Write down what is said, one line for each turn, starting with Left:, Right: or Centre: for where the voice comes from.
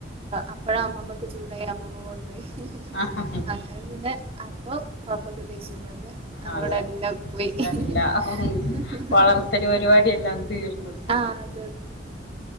Right: അപ്പോഴാ അമ്മമ്മക്ക് അങ്ങനെ അമ്മമ്മ കൊണ്ടോയി
Left: ആഹ്
Right: അങ്ങനെ പിന്നെ അപ്പൊ പപ്പായ്ക്ക് ദേശ്യം വന്ന് അതോടെ
Left: അതെ
Right: എല്ലാം പോയി ഹ
Left: എല്ലാ
Right: ഹ ഹ
Left: വളർത്തല് പരിപാടി എല്ലാം തീർന്ന്
Right: ആ അതെ